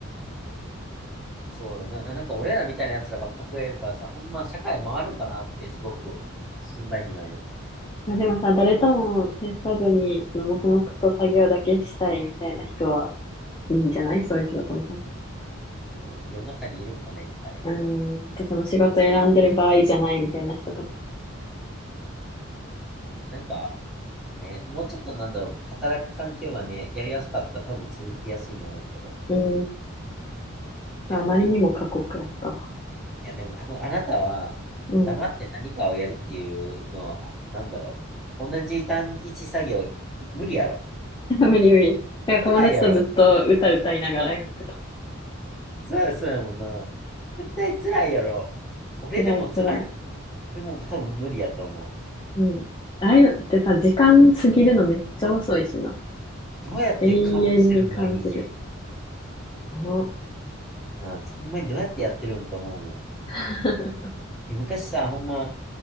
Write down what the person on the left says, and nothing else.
まあでもさ、誰とも接さずに、その黙々と作業だけしたいみたいな人はいいんじゃないそういう仕事の方。う
ーんと、その仕事選んでる場合じゃないみたいな人とか。
うーんと、
あまりにも過酷やった
うん。
<laughs> 無理無理。だから友達とずっと歌歌いながらやってた。
辛い辛い。
うん。ああいうのってさ、時間過ぎるのめっちゃ遅いしな。
永遠に感じる。あ
<laughs>